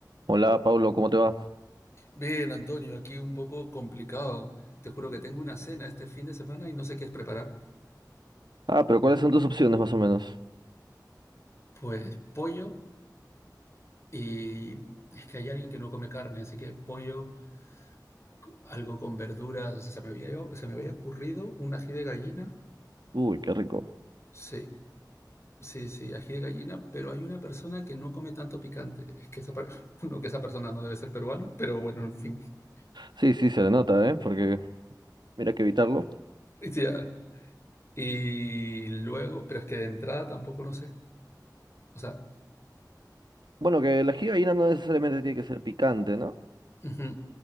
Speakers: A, on the right; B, on the left.
A: Hola, Pablo, ¿cómo te va?
B: Bien, Antonio, aquí un poco complicado. Te juro que tengo una cena este fin de semana y no sé qué es preparar.
A: Ah, pero ¿cuáles son tus opciones más o menos?
B: Pues pollo y es que hay alguien que no come carne, así que pollo, cu- algo con verduras, o sea, se me había, se me había ocurrido un ají de gallina.
A: Uy, qué rico.
B: Sí, sí, sí, ají de gallina, pero hay una persona que no come tanto picante. Es que esa, per- <laughs> uno, que esa persona no debe ser peruano, pero bueno, en fin. <laughs>
A: Sí, sí, se le nota, ¿eh? Porque mira que evitarlo.
B: Ya. Y luego, pero es que de entrada tampoco no sé. O sea,
A: Bueno, que la ají de gallina no necesariamente tiene que ser picante, ¿no?
B: ujú,